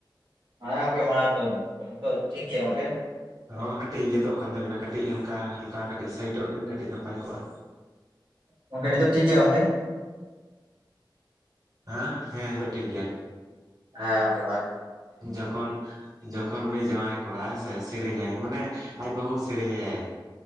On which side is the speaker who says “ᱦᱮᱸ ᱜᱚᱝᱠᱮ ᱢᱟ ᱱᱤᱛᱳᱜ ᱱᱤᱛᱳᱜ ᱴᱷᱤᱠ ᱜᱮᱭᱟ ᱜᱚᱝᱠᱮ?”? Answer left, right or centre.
Right